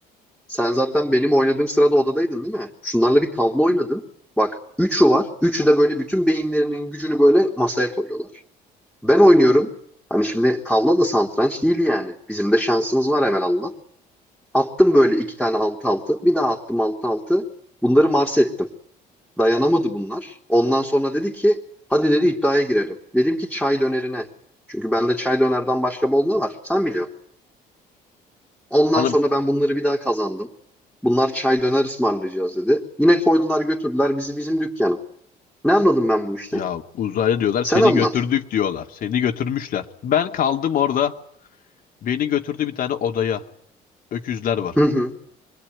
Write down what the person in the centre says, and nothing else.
Sen zaten benim oynadığım sırada odadaydın değil mi? Şunlarla bir tavla oynadın. Bak üçü var. Üçü de böyle bütün beyinlerinin gücünü böyle masaya koyuyorlar. Ben oynuyorum. Hani şimdi tavla da satranç değil yani. Bizim de şansımız var evelallah. Attım böyle iki tane altı altı. Bir daha attım altı altı. Bunları Mars ettim. Dayanamadı bunlar. Ondan sonra dedi ki hadi dedi iddiaya girelim. Dedim ki çay dönerine. Çünkü bende çay dönerden başka bol ne var? Sen biliyorsun. Ondan
sonra ben bunları bir daha kazandım. Bunlar çay döner ısmarlayacağız dedi. Yine koydular götürdüler bizi bizim dükkana. Ne anladım ben bu işten?
Sen
anlat.
Hı hı.